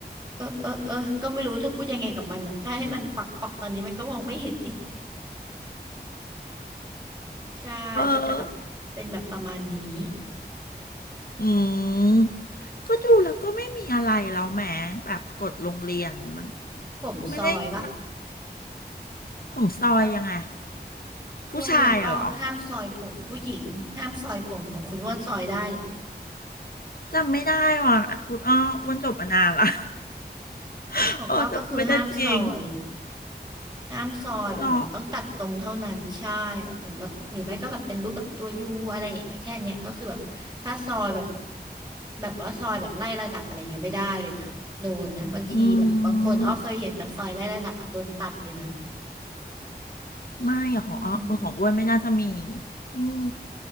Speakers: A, on the right; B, on the left.
A: เออเออเออก็ไม่รู้จะพูดยังไงกับมันอ่ะถ้าให้มันควักออกตอนนี้มันก็มองไม่เห็นอีกใช่ก็จะแบบเป็นแบบประมาณนี้
B: เออ อืมก็ดูแล้วก็ไม่มีอะไรแล้วแหมแบบกฎโรงเรียนมัน
A: ผมซอยปะ
B: ไม่ได้มันผมซอยยังไงผู้ชายอะเหรอ
A: โรงเรียนอ้อห้ามซอยผมผู้หญิงห้ามซอยผมของคุณว่านซอยได้เหรอ
B: จำไม่ได้ว่ะคุณอ้ออ้วนจบมานานละ <laughs>
A: ของอ้อก็คือห้ามซอย
B: โอ้จำไม่ได้จริง
A: ห้ามซอยแบบเหมือนต้องตัดตรงเท่านั้นใช่แบบเหมือนแบบหรือไม่ก็แบบเป็นรูปแบบตัวยูอะไรอย่างเงี้ยแค่เนี้ยก็คือแบบถ้าซอยแบบ
B: หรอ
A: แบบว่าซอยแบบไล่ระดับอะไรเงี้ยไม่ได้เลยนะโดนนะบางทีแบบบางคนอ้อเคยเห็นแบบซอยไล่ระดับอะโดนตัดเลยนะ
B: อืม ไม่อะของอ้อของอ้วนไม่น่าจะมี
A: อืม
B: อืม